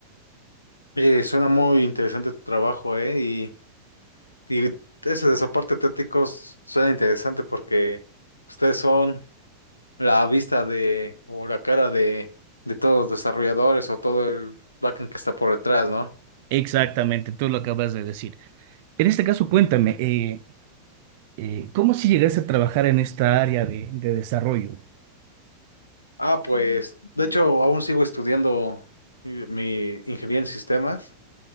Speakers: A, on the left (about 80°); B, on the right (about 50°).
A: Eh, suena muy interesante tu trabajo, ¿eh? Y, y ese de soporte técnico s- suena interesante porque ustedes son... la vista de o la cara de, de todos los desarrolladores o todo el backend que está por detrás, ¿no?
B: Exactamente, tú lo acabas de decir. En este caso, cuéntame, eh, eh, ¿cómo si llegaste a trabajar en esta área de, de desarrollo?
A: Ah, Mm. pues, de hecho, aún sigo estudiando mi mi ingeniería en sistemas